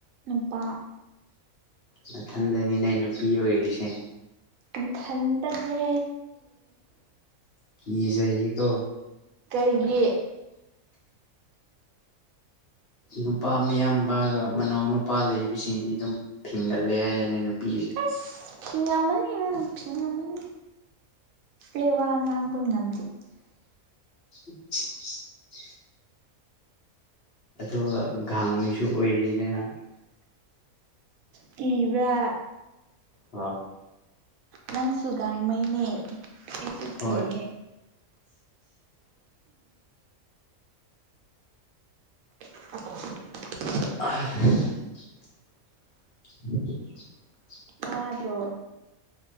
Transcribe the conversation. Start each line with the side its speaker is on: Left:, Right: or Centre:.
Right: ꯅꯨꯄꯥ
Left: ꯃꯊꯟꯗꯅꯤꯅꯦ ꯅꯨꯄꯤ ꯑꯣꯏꯔꯤꯁꯦ
Right: ꯢꯊꯟꯗꯅꯦ
Left: ꯀꯤꯖꯩ ꯌꯦꯀꯣ꯫
Right: ꯀꯔꯤꯒꯤ
Left: ꯅꯨꯄꯥ ꯃꯤꯌꯥꯝꯕꯒ ꯃꯅꯥꯎ ꯅꯨꯄꯥ ꯂꯩꯕꯁꯤꯡꯗꯤ ꯑꯗꯨꯝ ꯐꯤꯡꯒꯠꯂꯦ ꯍꯥꯏꯅꯦ ꯅꯨꯄꯤꯁꯦ
Right: ꯑꯁ ꯐꯤꯡꯉꯝꯃꯅꯤ ꯐꯤꯉꯝꯃꯅꯤ ꯑꯩ ꯋꯥ ꯉꯥꯡꯕ ꯉꯝꯗꯤ꯫
Left: <unintelligible> ꯑꯗꯨꯒ ꯘꯥꯡꯃꯩꯁꯨ ꯑꯣꯏꯔꯤꯅꯤꯅ
Right: ꯀꯤꯕ꯭ꯔꯥ
Left: ꯑꯣ
Right: ꯅꯪꯁꯨ ꯒꯥꯟꯃꯩꯅꯦ ꯑꯩꯁꯨ
Left: ꯍꯣꯏ
Right: ꯀꯤꯌꯦ <inaudible>
Left: <inaudible> ꯎ <inaudible>
Right: ꯋꯥꯗ꯭ꯔꯣ